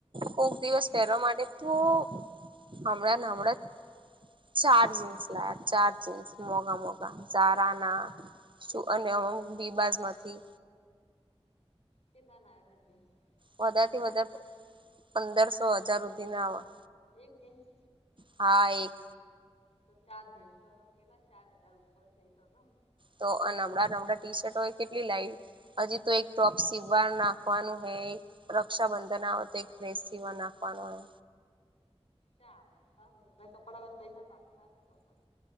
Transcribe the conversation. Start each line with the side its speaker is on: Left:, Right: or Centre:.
Right: કોક દિવસ પહેરવા માટે તો.. હમણા ને હમણાં જ ચાર જીન્સ લાયા. ચાર જીન્સ. મોગા મોગા જારા આ. શું,
Left: કેટલા
Right: અને
Left: ના
Right: અમુક
Left: આયા
Right: બીબાજ માંથી,
Left: કેટલા ના આયાતા જીન્સ તો?
Right: વધારે થી વધારે પંદરસો હજાર હુધીના આવ..
Left: એક જીન્સ
Right: હા એક.
Left: તો ચાર જીન્સોના કેલાલા? ચાર હજાર ઉપર થઇ તો ગયા.
Right: તો નબળા નબળા ટી શર્ટો એ કેટલી લાઈ? હજી તો એક ટોપ સીવા નાખવાનું હૈ. રક્ષાબંધન આવે તો એક ડ્રેસ સીવા નાખવાનો હે.
Left: ચાલ ઊંધા કપડામાં પૈસા પાાગતા તો.